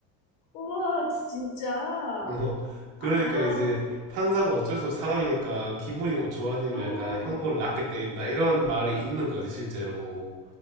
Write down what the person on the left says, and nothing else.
우와, 진짜.
아,
음,
어.